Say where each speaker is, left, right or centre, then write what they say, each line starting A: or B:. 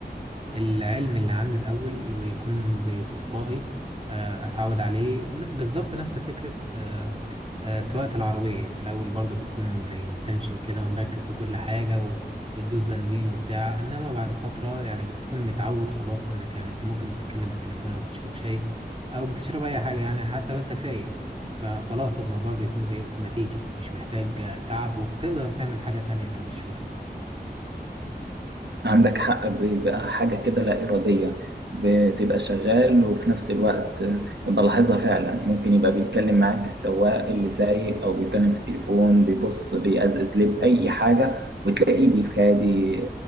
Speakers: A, on the right; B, on the right.
A: العلم اللي عندي الأول ويكون زي تلقائي آه، أتعود عليه ن- بالظبط نفس فكرة آه، آه، سواقة العربية في الأول برضو بتكون زي متنشن كده ومركز في كل حاجة وبتدوس بنزين وبتاع إنما بعد فترة يعني بتكون متعود خلاص إنك يعني أنت ممكن تتكلم في التليفون أو بتشرب شاي أو بتشرب أي حاجة يعني حتى وأنت سايق فخلاص الموضوع بيكون زي أوتوماتيكي مش محتاج آه، تعب وبتقدر تعمل حاجة تانية جنب الشغل ده.
B: عندك حق بيبقى حاجة كده لا إرادية بتبقى شغال وفي نفس الوقت بلاحظها فعلا ممكن يبقى بيتكلم معاك السواق اللي سايق أو بيتكلم في التليفون بيبص بيأزأز لب أي حاجة وتلاقيه بيفادي